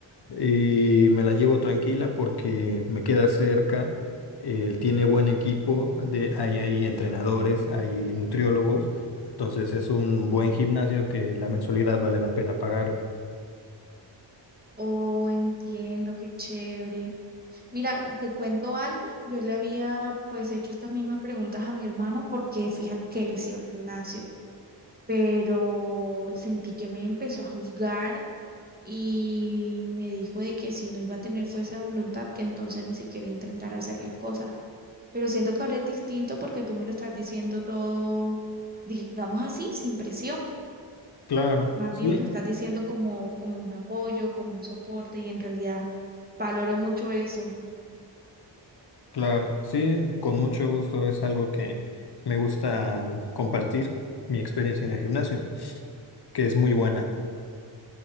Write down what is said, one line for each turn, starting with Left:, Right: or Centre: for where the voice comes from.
Left: y me la llevo tranquila porque me queda cerca, eh, tiene buen equipo, de, hay, hay entrenadores, hay nutriólogos, entonces es un buen gimnasio que la mensualidad vale la pena pagarla.
Right: Oh, entiendo, qué chévere. Mira, te cuento algo. Yo le había pues hecho estas mismas preguntas a mi hermano porque fíjate que él sí iba al gimnasio, pero sentí que me empezó a juzgar y me dijo de que si no iba a tener fuerza de voluntad, que entonces ni siquiera intentara hacer las cosas. Pero siento que ahora es distinto porque tú me lo estás diciendo todo, digamos así, sin presión.
Left: Claro,
Right: Más
Left: sí,
Right: bien me lo estás diciendo como, como un apoyo, como un soporte y en realidad valoro mucho eso.
Left: claro, sí, con mucho gusto es algo que me gusta compartir mi experiencia en el gimnasio, que es muy buena.